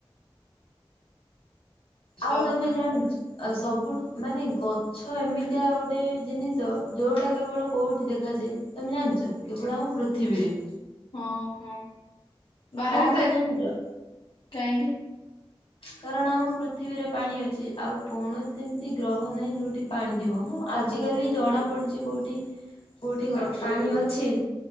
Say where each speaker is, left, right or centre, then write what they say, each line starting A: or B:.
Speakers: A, on the left; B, on the left.
A: ସବୁ
B: ଆଉ ତମେ ଜାଣିଛ ଆ ସବୁ ମାନେ ଗଛ ଏମିତିଆ ଗୋଟେ ଜିନିଷ ଯୋଉଟା କେବଳ କୋଉଠି ଦେଖାଯାଏ? ତମେ ଜାଣିଛ କେବଳ ଆମ ପୃଥିବୀରେ।
A: ହଁ ହଁ ବାହାରେ
B: କଣ
A: ତ
B: ପାଇଁ
A: ଏ
B: ଜାଣିଛ
A: କାହିଁକି?
B: କାରଣ ଆମ ପୃଥିବୀରେ ପାଣି ଅଛି ଆଉ କୌଣସି ଏମିତି ଗ୍ରହ ନାହିଁ ଯୋଉଠି ପାଣି ଥିବ ହଁ ଆଜିିକାଲି ଜଣା ପଡୁଛି କୋଉଠି କୋଉଠି କ ପାଣି ଅଛି?